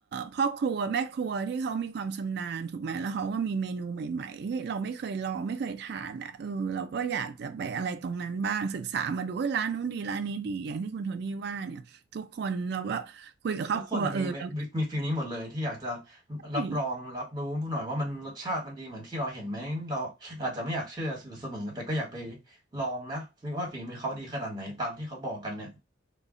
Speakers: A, on the right; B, on the right.
A: พ่อครัวแม่ครัวที่เขามีความชำนาญถูกไหมแล้วเขาก็มีเมนูใหม่ๆที่เราไม่เคยลองไม่เคยทานอ่ะเออเราก็อยากจะไปอะไรตรงนั้นบ้างศึกษามาดูเอ้ยร้านนู้นดีร้านนี้ดีอย่างที่คุณโทนี่ว่าเนี่ยทุกคนเราก็คุยกับครอบครัวเออแล้ว
B: ทุกคนนะมีเวมีมฟีลนี้หมดเลยที่อยากจะ
A: ใช่
B: รับรองรับรูู้้หน่อยว่ามันรสชาติมันดีเหมือนที่เราเห็นไหมเราอาจจะไม่อยากเชื่ออยู่เสมอแต่ก็อยากไปลองนะว่าฝีมือเขาดีขนาดไหนตามที่เขาบอกกันเนี่ย